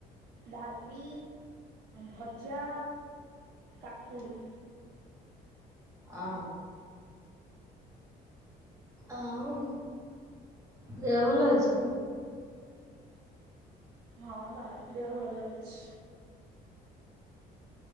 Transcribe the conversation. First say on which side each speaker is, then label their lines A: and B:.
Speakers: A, on the right; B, on the right.
A: ଡାଲି ଭଜା କାକୁଡି।
B: ଆ ଆଉ ଦେହ ଭଲ ଅଛି?
A: ହଁ ବା ଦେହ ଭଲ ଅଛି।